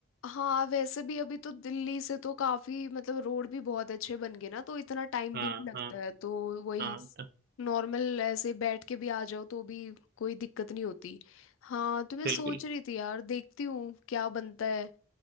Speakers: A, on the left (about 65°); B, on the right (about 45°).
A: हाँ वैसे भी अभी तो दिल्ली से तो काफी मतलब रोड भी बहुत अच्छे बन गए ना तो इतना टाइम
B: हाँ
A: भी नहीं लगता
B: हाँ
A: है तो वही
B: हाँ तो
A: नॉर्मल ऐसे बैठ के भी आ जाओ तो भी कोई दिक्कत नहीं होती हाँ तो मैं
B: बिल्कुल
A: सोच रही थी यार देखती हूँ क्या बनता है